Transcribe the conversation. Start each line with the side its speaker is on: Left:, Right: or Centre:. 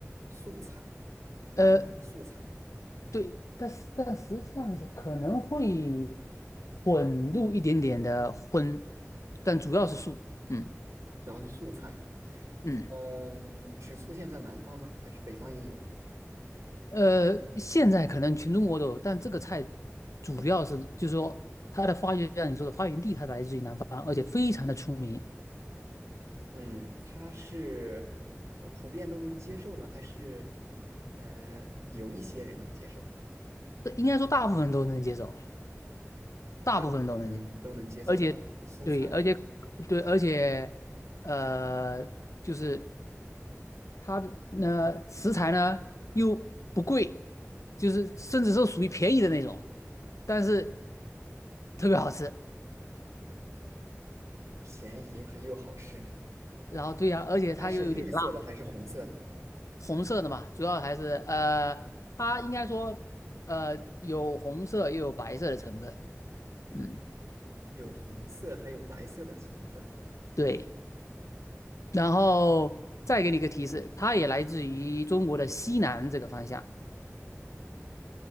Right: 素菜，南方的素菜，
Left: 呃，对，但是但实际上是可能会混入一点点的荤，但主要是素。嗯
Right: 主要是素菜。
Left: 嗯，
Right: 嗯、只出现在南方吗？还是北方也有？
Left: 呃，现在可能全中国都有，但这个菜主要是就是说它的发源，像你说的发源地，它来自于南方，而且非常的出名。
Right: 嗯，它是，呃，普遍都能接受呢，还是，呃，有一些人能接受，
Left: 这应该说大部分人都能接受，大部分人都能接受，
Right: 大部分人都能接受的蔬菜，
Left: 而且对，而且对，而且呃，就是。它的呃食材呢又不贵，就是甚至是属于便宜的那种，但是特别好吃。
Right: 便宜还又好吃。
Left: 然后对呀、而且它又有点辣，
Right: 它是绿色的还是红色的？
Left: 红色的嘛，主要还是呃，它应该说呃有红色又有白色的成分，嗯，
Right: 有红色，还有白色的成分。
Left: 对。然后再给你一个提示，它也来自于中国的西南这个方向，